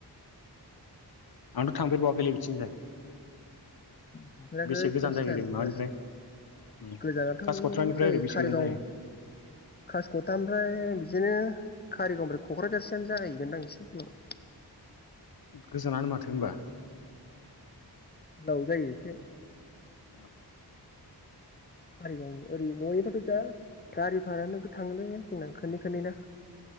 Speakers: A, on the left; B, on the left.
A: आंथ' थांफेरबावाखैलै बिथिंजाय
B: थांफेराखै
A: बेसे गोजान
B: फार्स्ट
A: जायो
B: टाइम
A: ओरै माबानिफ्राय
B: एबार
A: उम
B: गोजानाथ'
A: कासिक'त्रानिफ्राय
B: जायो
A: ओरै बेसे
B: कारिगाव
A: गोजान जायो
B: कासिकथानिफ्राय बिदिनो कारिगावनिफ्राय क'क्राझारसोआानो जाहैगोनदां एसे गोलाव
A: गोजोनानो माथो होमबा
B: गोलाव जायो एसे
A: औ
B: कारिगाव ओरै न'निफायथ' दा गारि भारायानो नोगोद थाङोलै जोंना खननै खननै ना